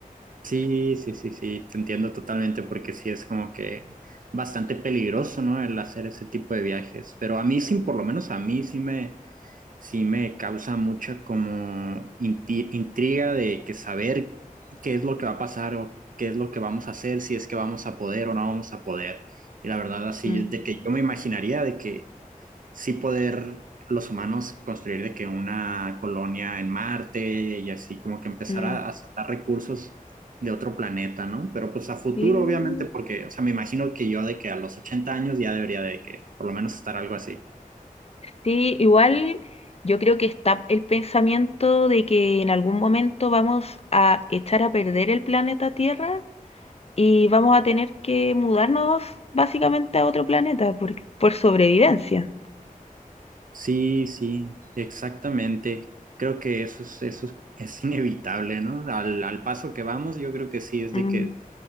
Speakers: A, on the right (about 65°); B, on the left (about 45°).
A: Sí, sí, sí, sí, te entiendo totalmente porque sí es como que bastante peligroso, ¿no? El hacer ese tipo de viajes, pero a mí sí, por lo menos a mí sí me, sí me causa mucha como inti- intriga de que saber qué es lo que va a pasar o qué es lo que vamos a hacer, si es que vamos a poder o no vamos a poder. Y la verdad
B: <laughs>
A: así
B: Mm,
A: es de que yo me imaginaría de que sí poder los humanos construir de que una colonia en Marte y así como que empezar
B: mm.
A: a, a sacar recursos de otro planeta, ¿no? Pero pues a futuro,
B: Sí,
A: obviamente, porque, o sea, me imagino que yo de que a los 80 años ya debería de que por lo menos estar algo así.
B: Sí, igual yo creo que está el pensamiento de que en algún momento vamos a echar a perder el planeta Tierra y vamos a tener que mudarnos básicamente a otro planeta por, por sobrevivencia.
A: Sí, sí, exactamente. Creo que eso es, eso es, es inevitable, ¿no? Al, al paso que vamos, yo creo que sí es
B: Mm,
A: de que